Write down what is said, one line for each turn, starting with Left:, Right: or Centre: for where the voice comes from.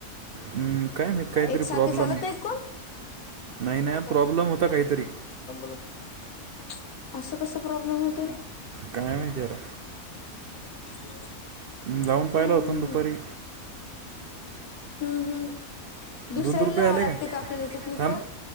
Right: हम्म, काय माहीत काहीतरी
Left: एकसारखे
Right: प्रॉब्लेम
Left: चालत नाहीत
Right: नाही ना
Left: कोण
Right: प्रॉब्लेम
Left: <unintelligible>
Right: होता काहीतरी
Left: <unintelligible> असं कस प्रॉब्लेम होते
Right: काय माहिती यार
Left: <inaudible>
Right: जावून
Left: काऊन
Right: पाहिला होतो ना दुपारी
Left: हम्म हम्म दुसऱ्याला
Right: दोन रुपये
Left: लावां
Right: आले
Left: लागते का आपल्याला याच्यातनी
Right: थांब
Left: कॉल